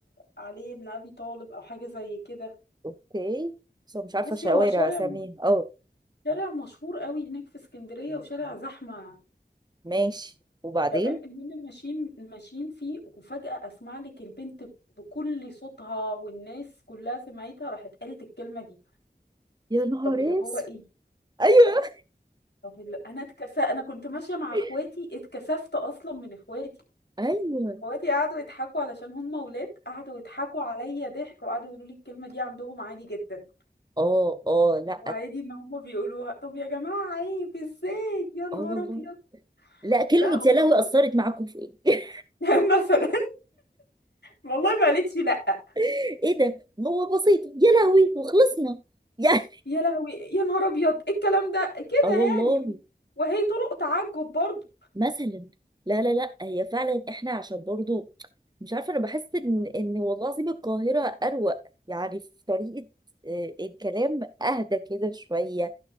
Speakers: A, on the left; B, on the right.
A: علي بن ابي طالب او حاجة زي كده
B: اوكي بس أنا مش عارفه
A: بصي
B: شوارع
A: هو شارع
B: اساميها اه
A: شارع مشهور قوي هناك في اسكندرية وشارع زحمة
B: ماشي وبعدين
A: تمام المهم ماشيين ماشيين فيه وفجأة اسمع لك البنت بكل صوتها والناس كلها سمعتها راحت قالت الكلمة دي
B: يا نهار
A: طب اللي هو
B: اسود
A: ايه
B: ايوه
A: طب ال- انا اتكس انا كنت ماشيه مع
B: <laughs>
A: اخواتي اتكسفت اصلا من اخواتي
B: ايوه
A: اخواتي قعدوا يضحكوا علشان هم ولاد قعدوا يضحكوا عليا ضحك وقعدوا يقولوا لي الكلمه دي عندهم عادي جدا
B: اه اه لا
A: وعادي ان هم بيقولوها طب يا جماعه عيب ازاي يا نهار
B: اه والله
A: ابيض
B: لا كلمة
A: لا هو
B: يا لهوي
A: عيب.
B: أثرت معاكم في إيه؟
A: <laughs> مثلا والله ما قالتش لا
B: <laughs> إيه ده؟ ما هو بسيط يا لهوي وخلصنا يعني
A: يا لهوي يا نهار ابيض إيه الكلام ده
B: <laughs>
A: كده
B: آه والله
A: يعني وهي طرق تعجب برضه
B: مثلا لا لا لا هي فعلا إحنا عشان برضو مش عارفة أنا بحس إن إن والله العظيم القاهرة أروق يعني في طريقة آه، الكلام أهدى كده شوية